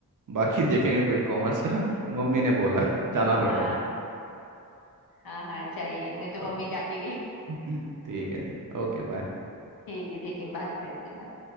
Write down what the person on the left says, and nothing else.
हाँ हाँ हाँ चाहिए नहीं तो
मम्मी डांटेगी
ठीक है ठीक है बात करते बात